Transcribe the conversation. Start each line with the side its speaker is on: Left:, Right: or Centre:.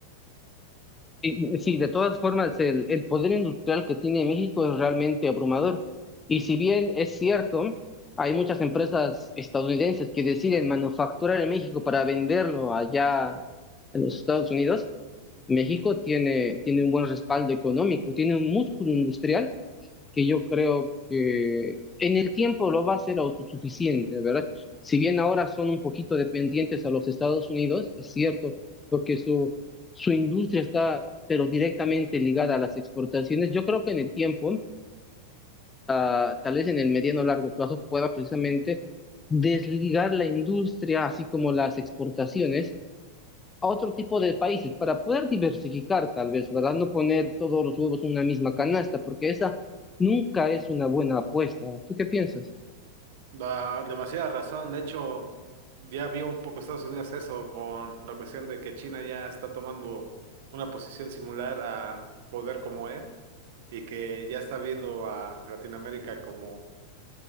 Left: Y, Sí, de todas formas, el, el poder industrial que tiene México es realmente abrumador. Y si bien es cierto, hay muchas empresas estadounidenses que deciden manufacturar en México para venderlo allá en los Estados Unidos, México tiene, tiene un buen respaldo económico, tiene un músculo industrial que yo creo que en el tiempo lo va a ser autosuficiente, ¿verdad? Si bien ahora son un poquito dependientes a los Estados Unidos, es cierto, porque su, su industria está, pero directamente ligada a las exportaciones, yo creo que en el tiempo, ah, tal vez en el mediano o largo plazo, pueda precisamente desligar la industria, así como las exportaciones, a otro tipo de países para poder diversificar tal vez, ¿verdad? No poner todos los huevos en una misma canasta, porque esa nunca es una buena apuesta. ¿Tú qué piensas?
Right: Da demasiada razón. De hecho, ya vio un poco Estados Unidos eso con la cuestión de que China ya está tomando una posición similar a poder como él y que ya está viendo a Latinoamérica como,